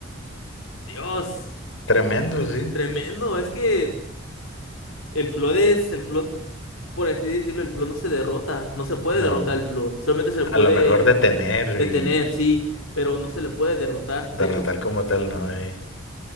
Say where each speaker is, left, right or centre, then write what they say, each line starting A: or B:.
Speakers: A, on the left (about 85°); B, on the left (about 70°).
A: Dios
B: Tremendo, sí.
A: tremendo. Es que el Flood es el Flood, por así decirlo, el Flood no se derrota, no se puede
B: No.
A: derrotar el Flood, solamente se le puede
B: A lo mejor detener
A: detener,
B: y
A: sí, pero no se le puede derrotar.
B: derrotar
A: De hecho,
B: como tal, no, eh.